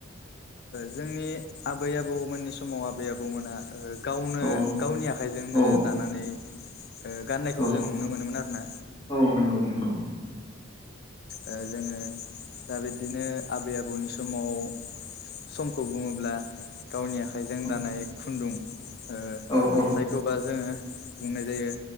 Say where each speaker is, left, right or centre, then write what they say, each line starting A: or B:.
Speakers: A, on the left (about 55°); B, on the left (about 20°).
A: जोंनि आबै आबौमोननि समाव आबै आबौमोना ओ गावनो
B: औ
A: गावनि आखाइजोंनो
B: औ
A: दानानै ओ गाननायखौ
B: औ
A: जों नुनो मोनोमोन आरो ना।
B: औ नंगौ नंगौ
A: ओ जोङो दा बिदिनो आबै आबौनि समाव समखौ बुङोब्ला गावनि आखाइजों
B: औ
A: दानाय खुन्दुं ओ
B: औ औ
A: जाय अब्रा जोङो बुंनाय जायो